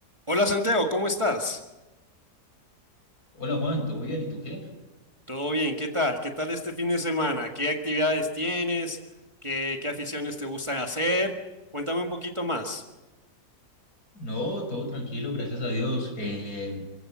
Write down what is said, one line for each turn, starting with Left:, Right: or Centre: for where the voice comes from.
Right: Hola Santiago, ¿cómo estás?
Left: Hola Juan, ¿todo bien? ¿Y tú qué?
Right: ¿Todo bien? ¿Qué tal? ¿Qué tal este fin de semana? ¿Qué actividades tienes? ¿Qué, qué aficiones te gustan hacer? Cuéntame un poquito más.
Left: No, todo tranquilo, gracias a Dios. Eh,